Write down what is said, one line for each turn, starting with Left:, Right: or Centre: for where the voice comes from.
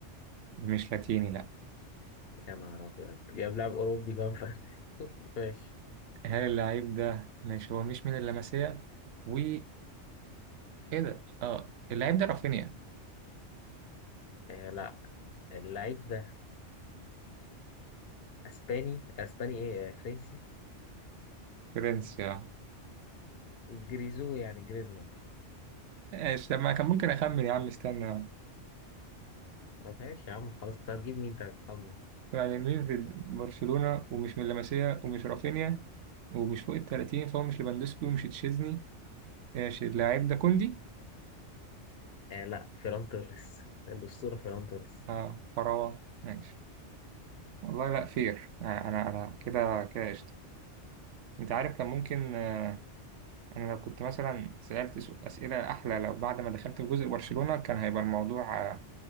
Right: مش لاتيني لأ
Left: يا نهار أبيض جاب لاعب أوروبي كمان في أتلتيكو. <laughs> ماشي
Right: هل اللعيب ده ماشي هو مش من اللاماسيا و إيه ده؟ اه اللعيب ده رافينيا
Left: آه لا اللعيب ده اسباني اسباني ايه آه، فرنسي
Right: فرنسي اه
Left: جريزو يعني جريزمان
Right: ايش لما كان ممكن أخمن يا عم استنى
Left: طب ماشي يا عم خلاص كنت هتجيب مين انت هتخمن
Right: يعني مين في برشلونة ومش من لاماسيا ومش رافينيا ومش فوق ال 30 فهو مش ليفاندوسكي ومش تشيزني ماشي اللاعب ده كوندي
Left: آه لا فيران توريس الأسطورة فيران توريس
Right: اه فراوة ماشي والله لا فير آه، انا انا كده كده قشطة انت عارف كان ممكن آه، انا لو كنت مثلا سألت سو- اسئلة احلى لو بعد ما دخلت في جزء برشلونة كان هيبقى الموضوع آه،